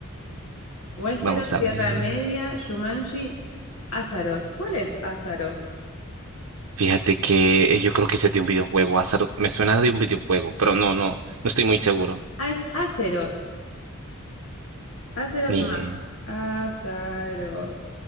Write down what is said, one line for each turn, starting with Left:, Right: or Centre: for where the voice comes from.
Left: Westeros,
Right: Vamos a
Left: Tierra
Right: ver.
Left: Media, Shumanji, Azeroth. ¿Cuál es Azeroth?
Right: Fíjate que eh, yo creo que ese es de un videojuego, Azaroth. Me suena de un videojuego, pero no, no, no estoy muy seguro.
Left: Ah, es Azeroth. Azeroth
Right: Ni.
Left: Map.
Right: eh,
Left: Azeroth.